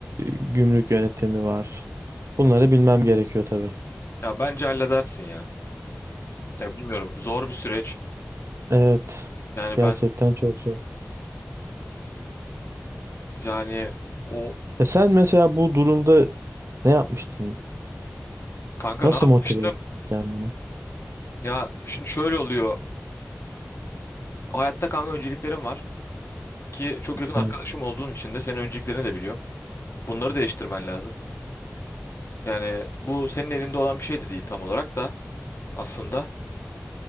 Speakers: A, on the right; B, on the left.
A: gümrük yönetimi var. Bunları bilmem gerekiyor tabii.
B: Ya bence halledersin ya. Ya bilmiyorum zor bir süreç.
A: Evet.
B: Yani
A: Gerçekten
B: ben
A: çok zor.
B: yani o
A: E sen mesela bu durumda ne yapmıştın?
B: kanka
A: Nasıl
B: ne yapmıştım?
A: motive ettin kendini?
B: Ya şimdi şöyle oluyor. Hayatta kanka önceliklerim var ki çok yakın
A: Evet,
B: arkadaşım olduğun için de senin önceliklerini de biliyorum. Bunları değiştirmen lazım. Yani bu senin elinde olan bir şey de değil tam olarak da aslında.